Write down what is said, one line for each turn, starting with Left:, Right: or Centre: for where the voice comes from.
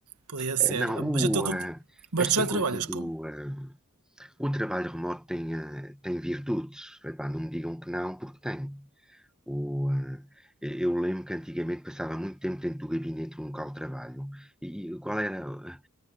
Right: Podia ser.
Centre: é, não, o,
Right: Mas, então, tu,
Centre: ah,
Right: mas
Centre: esta
Right: tu já trabalhas
Centre: coisa do.
Right: com.
Centre: ah, o trabalho remoto tem, ah, tem virtudes. Epá, não me digam que não, porque tem. O, ah, eu lembro que antigamente passava muito tempo dentro do gabinete no local de trabalho. E, e qual era? ah,